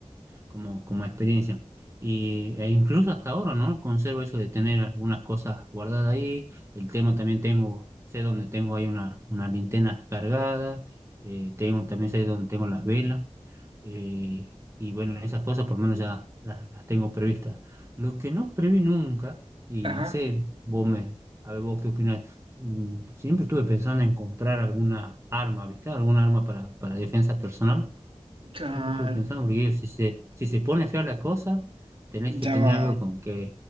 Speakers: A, on the right; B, on the right.
A: como, como experiencia. Y, e incluso hasta ahora, ¿no? Conservo eso de tener algunas cosas guardadas ahí. El tema también tengo, sé dónde tengo ahí una, una linterna cargada, eh, tengo, también sé dónde tengo las velas. eh, y bueno, esas cosas por lo menos ya las, las tengo previstas. Lo que no preví nunca, y
B: Ajá,
A: no sé, vos me, a ver vos qué opinás, mm, siempre estuve pensando en comprar alguna arma, ¿viste? Alguna arma para, para defensa personal
B: claro.
A: Siempre estuve pensando, porque digo, si se, si se pone fea la cosa, tenés que
B: Ya
A: tener
B: va,
A: algo con que,